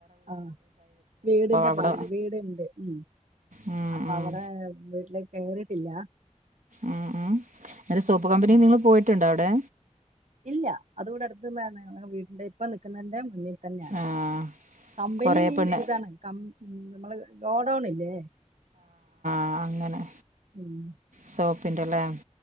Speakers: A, on the right (about 65°); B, on the right (about 80°).
A: ആ വീടിന്റെ
B: അവിടെ
A: പാണി വീടുണ്ട് ഉണ്ട്
B: ഉം
A: അപ്പൊ
B: ഉം
A: അവിടെ വീട്ടിലേക്ക് കയറിയിട്ടില്ല
B: ഉം ഉം അല്ല സോപ്പ്
A: തൽക്കാലം
B: കമ്പനി
A: വാടകക്ക്
B: നിങ്ങള് പോയിട്ടുണ്ടോ അവിടെ
A: ഇല്ല അതിവിടെ അടുത്തുന്നാണ് വീടിന്റെ ഇപ്പ നിക്കുന്നതിന്റെ മുന്നിൽ തന്നെയാണ്
B: ആഹ്
A: കമ്പനി
B: കുറേ
A: മീൻസ്
B: പെണ്ണ്
A: ഇതാണ് കം നമ്മള് ഗോഡൗൺ ഇല്ലേ
B: ആ അങ്ങനെ
A: ഉം
B: സോപ്പിന്റെല്ലേ